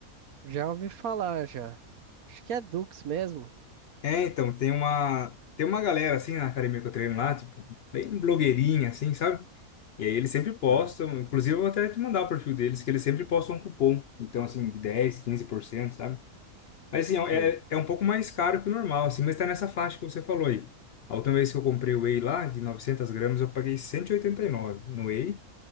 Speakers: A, on the right; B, on the left.
A: Já ouvi falar, já. Acho que é Dux mesmo.
B: É, então, tem uma, tem uma galera, assim, na academia que eu treino lá, tipo, bem blogueirinha, assim, sabe? E aí eles sempre postam,
A: Aham.
B: inclusive eu vou até te mandar o perfil deles, que eles sempre postam um cupom. Então, assim, de dez quinze por cento sabe? Mas assim, é,
A: Sei.
B: um, é é um pouco mais caro que o normal, assim, mas tá nessa faixa que você falou aí. A última vez que eu comprei o whey lá, de 900 gramas, eu paguei 189 no whey,